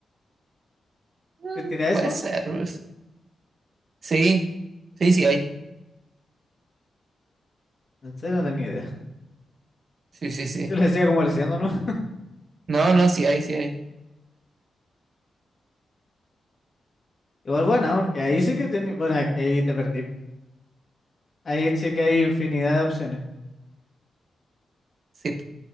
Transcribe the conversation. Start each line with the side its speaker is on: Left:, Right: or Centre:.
Right: mm,
Left: ¿Te tira eso?
Right: puede ser, pues. Sí, sí, sí hay.
Left: En serio, no tenía idea.
Right: Sí, sí, sí.
Left: Yo le decía como leyendo, ¿no? <laughs>
Right: No, no, sí hay, sí hay.
Left: Igual buena, ¿no? porque ahí sí que tenía, bueno, es que ahí te perdí. Ahí sí que hay infinidad de opciones.
Right: Sí.